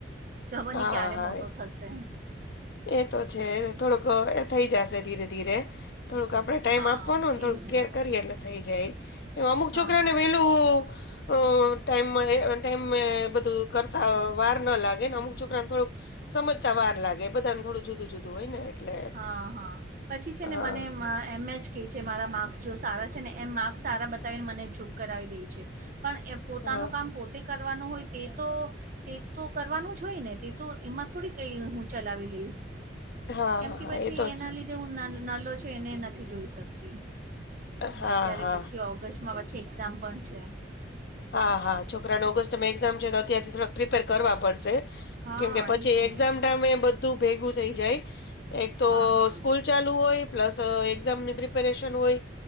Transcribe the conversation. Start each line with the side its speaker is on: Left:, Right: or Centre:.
Right: ખબર
Left: હા,
Right: નહી ક્યારે
Left: હા.
Right: મોટો થશે.
Left: એ તો છે થોડોક થઈ જશે ધીરે ધીરે થોડુંક આપડણે ટાઈમ
Right: હા
Left: આપવાનોને થોડુંક
Right: એજ
Left: કેર
Right: ને
Left: કરીએ એટલે થઈ જાય. અમુક
Right: હા
Left: છોકરાને
Right: હા
Left: વેલું અ ટાઈમ ટાઈમ બધું કર ત વાર ન લાગે ને અમુક છોકરાને થોડુંક સમજતા વાર લાગે બધાને થોડું જુદું જુદું હોય ને એટલે.
Right: હા હા પછી છે
Left: હા,
Right: ને મને એમ એ જ કહે છે. મારા માર્ક્સ જો સારા છે ને એમ માર્ક્સ સારા બતાવીને મને ચૂપ કરાવી દે છે. પણ એ પોતાનું
Left: હા.
Right: કામ પોતે કરવાનું હોય તે તો તે તો કરવાનું જ હોય ને તે તો એમાં થોડી કઈ હું ચલાવી લઈશ.
Left: હા,
Right: કેમ
Left: હા.
Right: કે
Left: હા,
Right: પછી
Left: એ તો
Right: એના
Left: જ.
Right: લીધે હું નલો છ એને નથી જોઈ શકતી.
Left: હા,
Right: અત્યારે
Left: હા.
Right: પછી ઓગસ્ટમાં એક્ઝામ પણ છે.
Left: હા હા છોકરાને ઓગ સ્ટ છે. તો અતારથી થોડાક પ્રિપેર કરવા પડશે
Right: હા
Left: કેમ કે પછી
Right: એજ
Left: એક્ઝામ
Right: ને
Left: ટાઈમે ધું ભેગું થઈ જાય. એક તો
Right: હા હા
Left: સ્કૂલ ચાલુ હોય પ્લસ એક્ઝામની પ્રિપેરેશન હોય.